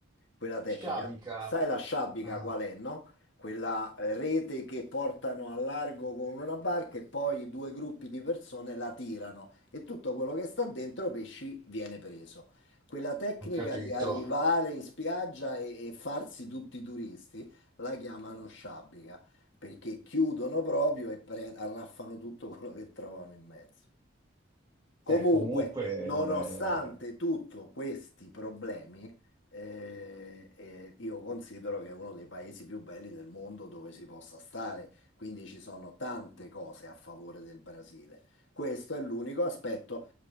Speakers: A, on the left; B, on the right.
A: quella tecnica.
B: Sciabica.
A: Sai la sciabica
B: Ah,
A: qual è, no? Quella eh, rete che portano a largo con una barca e poi due gruppi di persone la tirano e tutto quello che sta dentro pesci viene preso. Quella tecnica
B: ho capito.
A: di arrivare in spiaggia e, e farsi tutti i turisti la chiamano sciabica perché chiudono proprio e pre- arraffano tutto quello che trovano in mezzo. Comunque,
B: Eh, comunque
A: nonostante tutti questi problemi, eh, eh, io considero che è uno dei paesi più belli del mondo dove si possa stare, quindi ci sono tante cose a favore del Brasile. Questo è l'unico aspetto